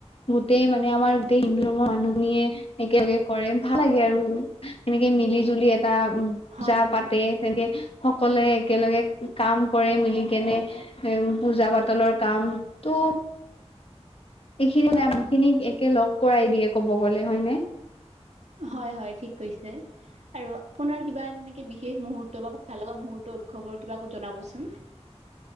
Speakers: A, on the left; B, on the right.
A: গোটেই মানে আমাৰ গোটেই হিন্দু ধৰ্মৰ মানুহ খিনিয়ে একেলগে কৰে ভাল লাগে আৰু, সেনেকে মিলি জুলি এটা উ পূজা
B: হয় হয়
A: পাতে। তেনেকে সকলোৱে একেলগে কাম কৰি মিলি কেনে। উম পূজা পাতলৰ কাম টো এইখিনি মানুহখিনিক একে লগ কৰাই দিয়ে ক'ব গ'লে হয়নে?
B: হয় হয় ঠিক কৈছে। আৰু আপোনাৰ কিবা তেনেকে বিশেষ মুহুৰ্ত বা ভাল লগা মুহুৰ্ত উৎসৱৰ কিবা জনাবচোন।